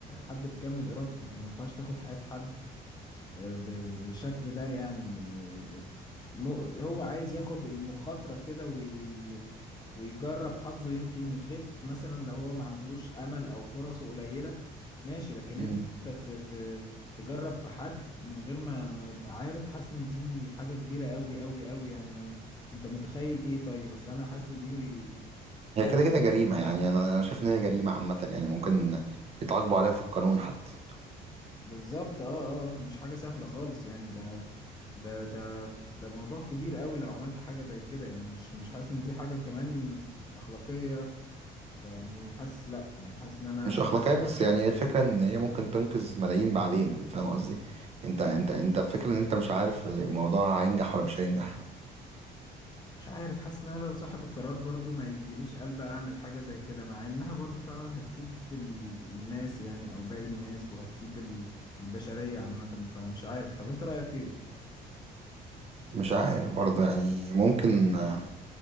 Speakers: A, on the left; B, on the right.
A: حد بكامل إرادته أنت ما ينفعش تاخد حياة حد آه، ب- ب- بالشكل ده يعني مو- هو عايز ياخد المخاطرة كده وي وي ويجرب حظه يمكن يخف مثلا لو هو ما عندهوش أمل أو فرصه قليلة ماشي لكن
B: مم.
A: أنت ت ت تجرب في حد من غير ما ما يبقى عارف حاسس إن دي حاجة كبيرة أوي أوي أوي يعني أنا ما- أنت متخيل إيه طيب أصل أنا حاسس إن دي
B: هي
A: كارثة
B: كده كده جريمة يعني أنا أنا شايف إن هي جريمة عامة يعني ممكن يتعاقبوا عليها في القانون حتى
A: بالظبط أه أه آه، دي مش حاجة سهلة خالص يعني ده ده ده ده موضوع كبير أوي لو عملت حاجة زي كده يعني مش مش حاسس إن دي حاجة كمان أخلاقية فيعني حاسس لا يعني حاسس ان مم. انا
B: مش أخلاقية بس يعني هي الفكرة إن هي ممكن تنقذ ملايين بعدين فاهم قصدي؟ أنت أنت أنت الفكرة إن أنت مش عارف الموضوع هينجح ولا مش هينجح
A: مش عارف حاسس ان انا لو صاحب القرار برضو ما يجيليش قلب اعمل حاجة زي كده مع انها برضو فعلا هتفيد ال- الناس يعني او باقي الناس وهتفيد ال- البشرية عامة فمش عارف طب انت رأيك ايه
B: مش عارف برضه يعني ممكن آه،